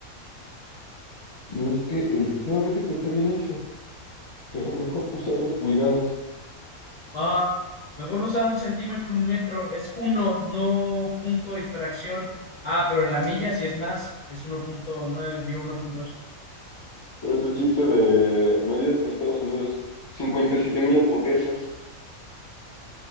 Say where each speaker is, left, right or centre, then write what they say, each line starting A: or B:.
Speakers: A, on the left; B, on the left.
A: Es que el sistema métrico está bien hecho, pero mejor usar las pulgadas.
B: Ajá. Mejor usar un centímetro, un metro, es uno, no punto y fracción. Ah, pero la milla sí es más, es uno punto nueve digo uno punto ocho
A: Pero es el chiste de medidas en Estados Unidos, 57 mil hamburguesas.